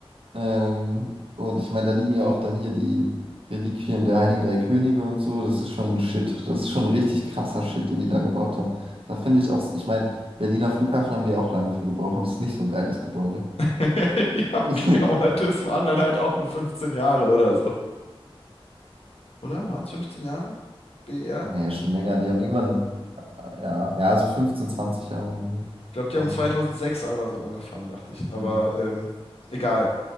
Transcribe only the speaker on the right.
Ähm, und ich meine, da liegen ja auch dann hier die Reliquien der Heiligen Drei Könige und so. Das ist schon Shit. Das ist schon richtig krasser Shit, den die da gebaut haben. Da finde ich auch, ich meine, Berliner Flughafen haben die auch lange für gebraucht und es ist nicht so ein geiles Gebäude.
<laughs>
Nee, schon länger. Die haben irgendwann, äh, ja, ja, so 15, 20 Jahre irgendwie.
Roundabout.
Hm.